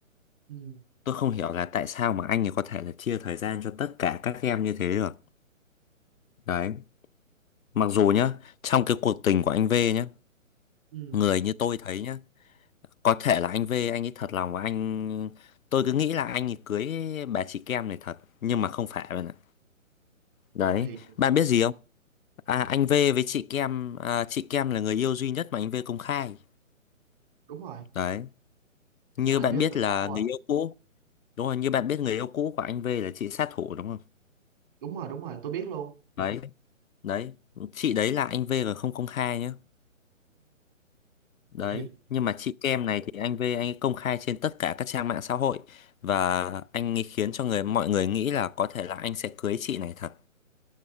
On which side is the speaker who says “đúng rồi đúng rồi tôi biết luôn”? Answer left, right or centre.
Right